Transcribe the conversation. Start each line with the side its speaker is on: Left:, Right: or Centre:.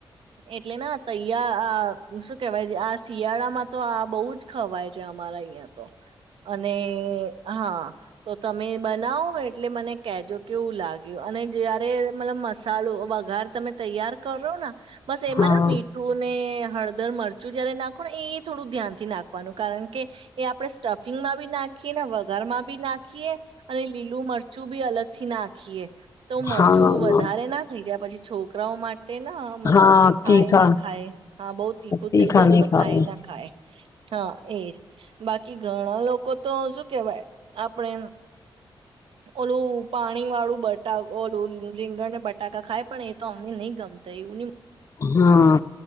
Right: એટલે ના તૈય આ શું કેવાય આ શિયાળામાં તો આ બહુ જ ખવાય છે અમારા અહિયાં તો અને હા ના હો એટલે મને કેજો કેવું લાગ્યું અને જયારે મતલબ મસાલો વઘાર તમે તૈયાર કરો ને બસ એમાં
Left: હા
Right: ના મીઠું ને હળદર મળર ચૂર જ્યારે નાખ એ થોડું ધ્યાનથી નાખવાનું કારણ કે એ આપડણે સ્ટફિંગ માં બી નાખીએ વઘારમાં બી નાખીએ. અને લીલું મરચું બી અલગ. થી નાખીએ. તો મરચું
Left: હા હા
Right: વધારે ના થઈ જાય પછી. છોકરાઓ માટે. તે ના મતલબ
Left: હા
Right: કે ખાય
Left: તીખા
Right: ના ખાય હા બહ તીખું
Left: તીખા
Right: થઈ જાય
Left: નહી
Right: ને તો
Left: ખાવે
Right: ખાય ના ખાય હા એજ. બાકી ઘણા લોકો તો શું કેવાય આપને ઓલું પાણી વાળું બટ ઓલું રીંગણને બટાકા ખાય પણ એ તો અમને નહી ગમતા એવું
Left: હા